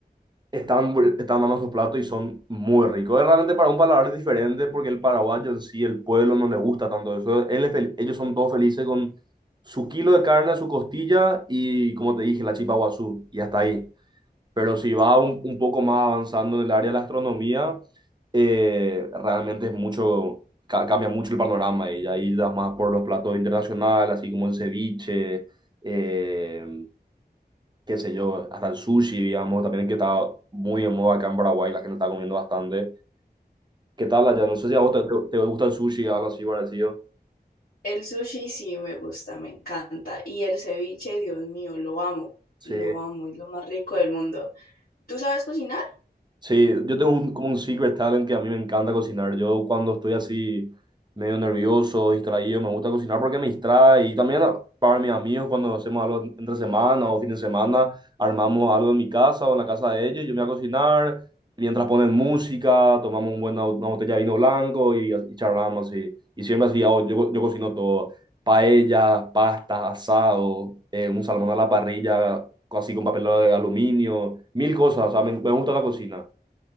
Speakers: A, on the right (about 25°); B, on the left (about 60°).
A: están, bu- están dando sus platos y son muy ricos. Es realmente para un paladar diferente porque el paraguayo en sí, el pueblo no le gusta tanto eso. Él es fel- ellos son todos felices con su kilo de carne, su costilla y, como te dije, la chipa guazú y hasta ahí. Pero si va un, un poco más avanzando en el área de la astronomía, eh, realmente es mucho, ca- cambia mucho el panorama y ahí das más por los platos internacionales, así como el ceviche, eh, qué sé yo, hasta el sushi, digamos, también que está muy en moda acá en Paraguay, la gente está comiendo bastante. ¿Qué tal allá? No sé si a vos te, te- te gusta el sushi, algo así parecido.
B: El sushi sí me gusta, me encanta. Y el ceviche, Dios mío, lo amo,
A: Sí.
B: lo amo, es lo más rico del mundo. ¿Tú sabes cocinar?
A: Sí, yo tengo un- como un secret talent que a mí me encanta cocinar. Yo cuando estoy así medio nervioso, distraído, me gusta cocinar porque me distrae. Y también a- para mis amigos cuando hacemos algo entre semana o fin de semana, armamos algo en mi casa o en la casa de ellos, yo me voy a cocinar. Mientras ponen música, tomamos un buena- una botella de vino blanco y, y charlamos así. Y siempre así, hago- yo, co- yo cocino todo. Paellas, pastas, asado, eh, un salmón a la parrilla, así con papel de aluminio, mil cosas. O sea, me me gusta la cocina.